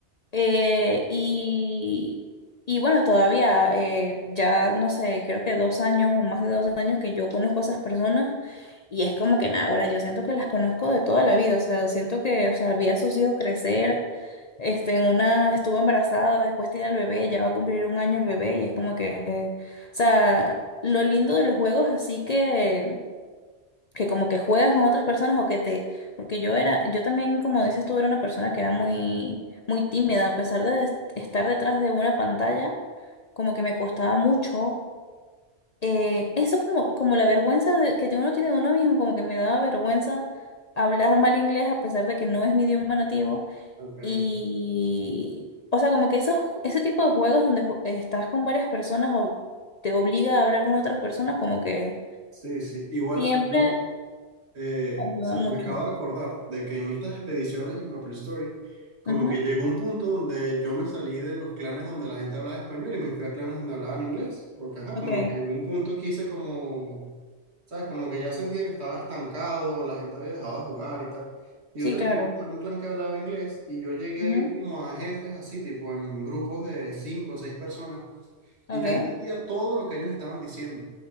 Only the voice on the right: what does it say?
Ok,
sí, sí. Igual
yo, eh,
o sea,
me acabo de acordar de que en estas expediciones en MapleStory, como
que llegó un punto donde yo me salí de los clanes donde la gente hablaba español y me fui a clanes donde hablaban inglés, porque ajá,
como que en un punto quise como, ¿sabes? Como que ya sentía que estaba estancado, la gente había dejado de jugar y tal. Y
yo terminé
como en un clan que hablaba inglés y yo llegué
a ir como a jefes así, tipo en, en grupos de cinco o seis personas. Y
yo entendía todo lo que ellos estaban diciendo,